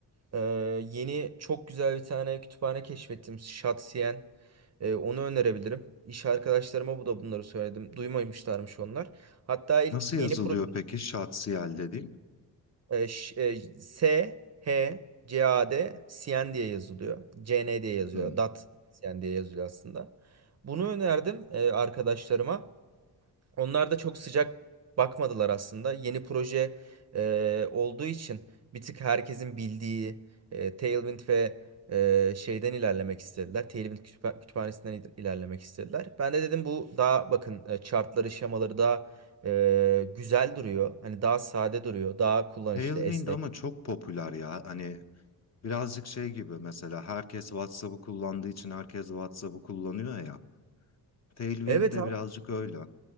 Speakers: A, on the right (about 40°); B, on the left (about 40°).
A: Ee, yeni çok güzel bir tane kütüphane keşfettim. Şatsiyen. Ee, onu önerebilirim. İş arkadaşlarıma bu da bunları söyledim. Duymamışlarmış onlar. Hatta ilk
B: Nasıl
A: yeni
B: yazılıyor
A: proje
B: peki Şatsiyel dediğin?
A: e, ş- e, S H C A D Sien diye yazılıyor. CN diye yazıyor.
B: Hı.
A: Dat Sien diye yazılıyor aslında. Bunu önerdim e, arkadaşlarıma. Onlar da çok sıcak bakmadılar aslında. Yeni proje e, olduğu için bir tık herkesin bildiği e, Tailwind ve e, şeyden ilerlemek istediler. Tailwind kütüpha- kütüphanesinden il- ilerlemek istediler. Ben de dedim bu daha bakın e, chartları, şemaları daha e, güzel duruyor. Hani daha sade duruyor, daha kullanışlı,
B: Tailwind
A: esnek.
B: ama çok popüler ya. Hani birazcık şey gibi mesela herkes WhatsApp'ı kullandığı için herkes WhatsApp'ı kullanıyor ya. Tailwind
A: Evet
B: de birazcık öyle.